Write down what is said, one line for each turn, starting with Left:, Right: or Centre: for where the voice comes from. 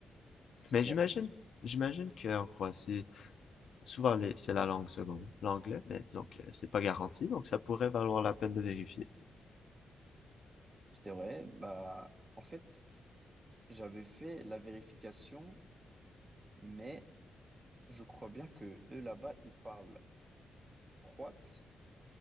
Right: C'est
Left: Mais
Right: clair.
Left: j'imagine, j'imagine qu'en Croatie, Souvent, les- c'est la langue seconde, l'anglais, mais disons que c'est pas garanti, donc ça pourrait valoir la peine de vérifier.
Right: C'est vrai, bah en fait, j'avais fait la vérification, mais je crois bien que eux là-bas, ils parlent croate